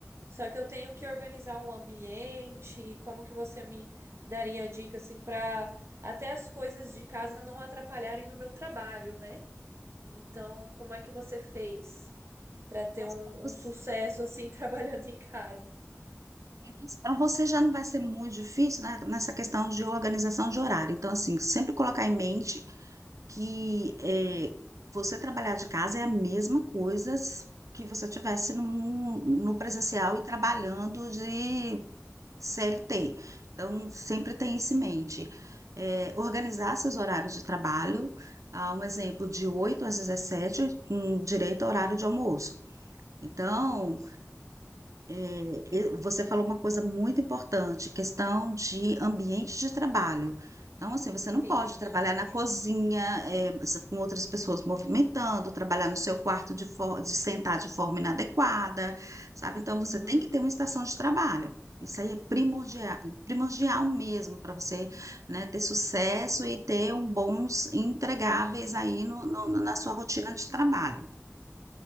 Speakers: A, on the right (about 55°); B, on the right (about 80°).
A: Só que eu tenho que organizar um ambiente, e como que você me daria dica assim para até as coisas de casa não atrapalharem no meu trabalho, né? Então, como é que você fez para ter
B: Nossa,
A: um,
B: pra você-
A: um sucesso assim <laughs> trabalhando em casa?
B: Então, assim, para você já não vai ser muito difícil, né, nessa questão de organização de horário. Então, assim, sempre colocar em mente que eh, você trabalhar de casa é a mesma coisa s- que você tivesse no, no presencial e trabalhando de CLT. Então, sempre tem isso em mente. Eh, organizar seus horários de trabalho, ah, um exemplo de 8 às 17 com direito ao horário de almoço. Então,
A: Uhum,
B: é, e você falou uma coisa muito importante, questão de ambiente de trabalho. Então, assim, você não
A: sim,
B: pode
A: é importante.
B: trabalhar na cozinha, é, s- com outras pessoas movimentando, trabalhar no seu quarto de, for- de sentar de forma inadequada, sabe? Então,
A: Uhum.
B: você tem que ter uma estação de trabalho. Isso aí é primordial, primordial mesmo para você, né, ter sucesso e ter um bons entregáveis aí no, no- na sua rotina de trabalho.